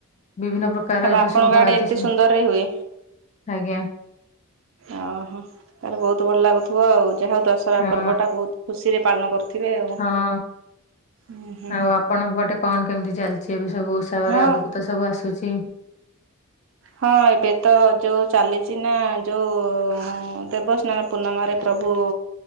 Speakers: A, on the left; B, on the right.
A: ବିଭିନ୍ନ ପ୍ର କାର
B: ତାହେଲେ
A: ଏବେ
B: ଆପଣଙ୍କ
A: ସବୁ ବାହାରୁଚି
B: ଆଡେ ଏତେ
A: ସବୁ
B: ସୁନ୍ଦରରେ ହୁଏ।
A: ଆଜ୍ଞା।
B: ଓ ହୋ ତାର ବୋହୁତ ଭଲ ଲାଗୁଥିବ ଆଉ ଯାହା ହୋଉ ଦଶହରା
A: ହଁ
B: ପର୍ବଟା ବୋହୁତ ଖୁସିରେ ପାଳନ କରୁଥିବେ ଆଉ।
A: ହଁ
B: ହୁଁ ହୁଁ
A: ଆଉ ଆପଣଙ୍କ ପଟେ କଣ କେମିତି ଚାଲିଚି ଏବେ ସବୁ ଓଷାବାର
B: ହଁ
A: ଆଗକୁ ତ ସବୁ ଆସୁଚି।
B: ହଁ ଏବେ ତ ଯୋଉ ଚାଲିଚି ନା ଯୋଉ ଉଁ ଦେବସ୍ନାନ ପୂର୍ଣ୍ଣମାରେ ପ୍ରଭୁ